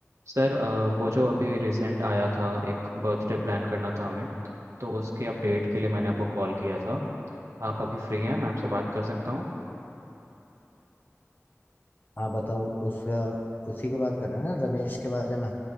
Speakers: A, on the right (about 75°); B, on the left (about 40°).
A: Sir अ, वो जो अभी रिसेंट आया था एक बर्थडे प्लान करना था हमें तो उसके अपडेट के लिए मैंने आपको कॉल किया था आप अभी फ्री हैं मैं आपसे बात कर सकता हूँ
B: हाँ बताओ उसका उसी की बात कर रहे हैं ना रमेश के बारे में